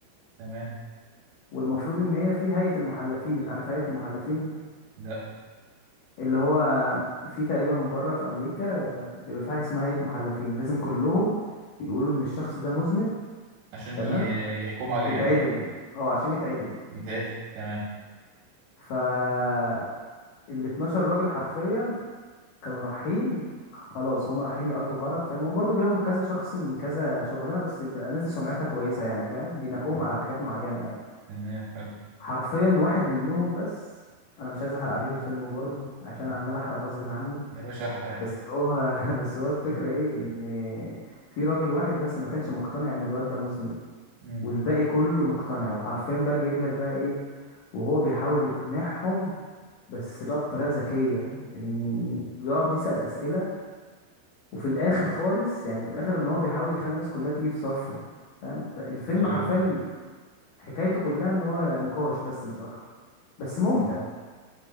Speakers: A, on the right (about 70°); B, on the left (about 80°).
A: تمام
B: والمفروض ان هي في هيئة المحلفين عارف هيئة المحلفين
A: لا
B: اللي هو في تقريبا بره في امريكا آه، بيبقى في حاجة اسمها هيئة محلفين لازم كلهم يقولوا ان الشخص ده مذنب
A: عشان
B: تمام
A: ي- يحكموا عليه
B: يتعدم
A: يعني
B: اه عشان يتعدم
A: يتعدل تمام
B: فال 12 راجل حرفيا كانوا رايحين خلاص هم رايحين يقضوا غرض فاهم هم برضه بياخدوا كذا شخص من كذا شغلانه بس بيبقى الناس دي سمعتها كويسه يعني فاهم بينقوهم
A: مم.
B: على حاجات معينه يعني
A: تمام حلو
B: حرفيا واحد منهم بس انا مش عايز احرق عليك الفيلم برضه عشان
A: مم.
B: عمال احرق غصب عني
A: يا باشا احرق
B: بس هو <laughs> بس هو الفكره
A: مم.
B: ايه ان في راجل واحد بس ما كانش مقتنع ان الواد ده مذنب
A: مم.
B: والباقي كله مقتنع وحرفيا بقى جايب لك بقى ايه وهو بيحاول يقنعهم بس بقى بطريقة ذكية ان يقعد يسأل أسئلة وفي الآخر خالص يعني في الآخر ان هو بيحاول يخلي الناس كلها تيجي في صفه فاهم بقى الفيلم
A: ايوه
B: حرفيا حكايته كلها ان هو نقاش بس مش اكتر بس ممتع
A: مم.